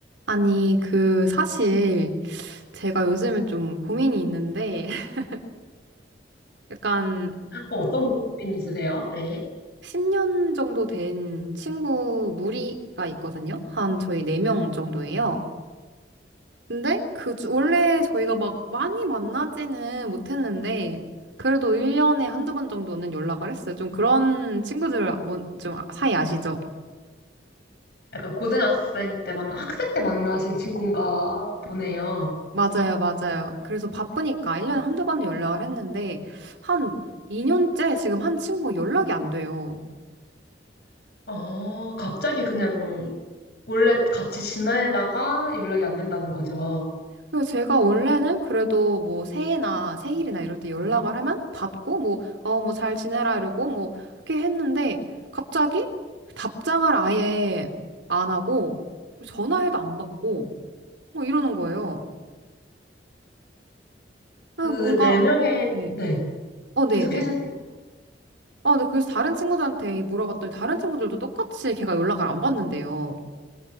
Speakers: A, on the right (about 80°); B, on the left (about 60°).
A: 아니, 그, 사실, 제가 요즘에 좀 고민이 있는데, <laughs> 약간,
B: 어, 어떤 고민 있으세요? 네.
A: 10년 정도 된 친구 무리가 있거든요? 한 저희 4명 정도예요. 근데, 그, 주- 원래 저희가 막 많이 만나지는 못했는데, 그래도 1년에 한두 번 정도는 연락을 했어요. 좀 그런 친구들, 아, 뭐, 좀 사이 아시죠?
B: 약간 고등학생 때 만나, 학생 때 만나신 친구인가 보네요.
A: 맞아요, 맞아요. 그래서 바쁘니까 1년에 한두 번은 연락을 했는데, 한 2년째 지금 한 친구가 연락이 안 돼요.
B: 아, 갑자기 그냥 원래 같이 지내다가 연락이 안 된다는 거죠.
A: 그리고 제가 원래는 그래도 뭐 새해나 생일이나 이럴 때 연락을 하면 받고 뭐, 어, 뭐 잘 지내라 이러고 뭐 이렇게 했는데 갑자기 답장을 아예 안 하고 전화해도 안 받고 뭐 이러는 거예요. 그래서
B: 그
A: 뭔가,
B: 네 명의,
A: 네.
B: 네.
A: 어, 네네.
B: 계속 해주세요.
A: 어, 네. 그래서 다른 친구들한테 물어봤더니 다른 친구들도 똑같이 걔가 연락을 안 받는데요.